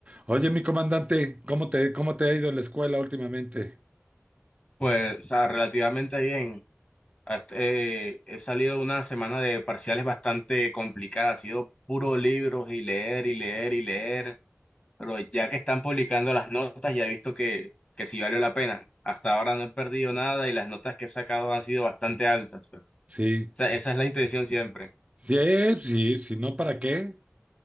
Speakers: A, on the right (about 25°); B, on the left (about 25°).
A: Oye, mi comandante, ¿cómo te, cómo te ha ido en la escuela últimamente?
B: Pues, o sea, relativamente bien. Hasta- eh, he salido de una semana de parciales bastante complicada, ha sido puro libros y leer y leer y leer, pero ya que están publicando las notas, ya he visto que, que sí valió la pena. Hasta ahora no he perdido nada y las notas que he sacado han sido bastante altas. O
A: Sí,
B: sea, esa es la intención siempre.
A: sí, sí, si no, ¿para qué?